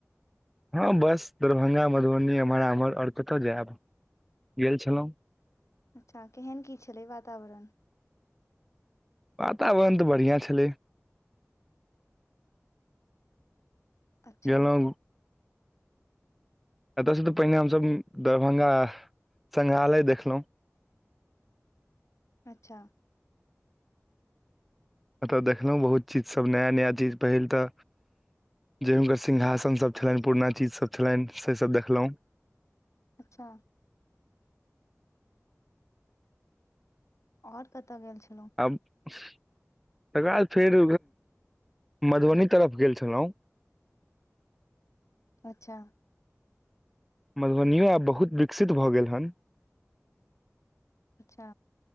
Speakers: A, in the centre; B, on the left (about 70°).
A: हँ बस दरभंगा मधुबनी एम्हर आम्हर आओर कतय जायब गेल छलहुँ
B: अच्छा केहन की छलै वातावरण
A: वातावरण तऽ बढ़िआँ छलै
B: अच्छा
A: गेललहुँ एतयसँ तऽ पहिने हमसभ दरभंगा संगङ्ग्रहालय देखलहुँ
B: अच्छा
A: एतय देखलहुँ बहुत चीजसभ नया नया चीज पहिल तऽ जे हुनकर सिंहासन सभ छलैनि पुरना चीजसभ छलनि से सभ देखलहुँ
B: अच्छा आओर कतऽ गेल छ
A: आब तकर ब फेर मधुबनी तरफ गेल छलहुँ
B: अच्छा
A: मधुबनियो आब बहुत विकसित भऽ गेल हन
B: अच्छा